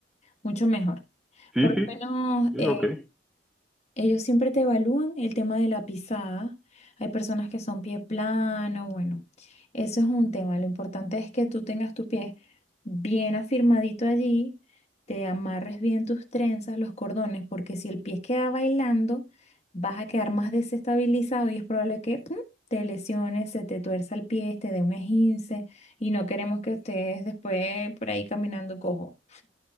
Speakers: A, on the left; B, in the centre.
A: mucho mejor.
B: sí,
A: Por lo
B: sí,
A: menos,
B: sí,
A: eh,
B: ok.
A: Ellos siempre te evalúan el tema de la pisada. Hay personas que son pie plano, bueno, eso es un tema. Lo importante es que tú tengas tu pie bien afirmadito allí, te amarres bien tus trenzas, los cordones, porque si el pie queda bailando, vas a quedar más desestabilizado y es probable que ¡pum! te lesiones, se te tuerza el pie, te dé un esguince y no queremos que estés después por ahí caminando cojo.